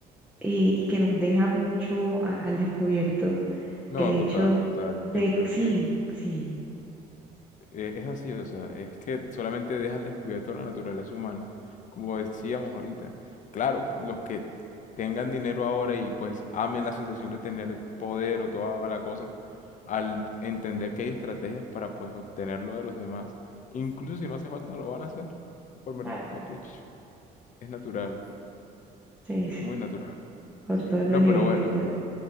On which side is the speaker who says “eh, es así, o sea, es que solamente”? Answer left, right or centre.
Left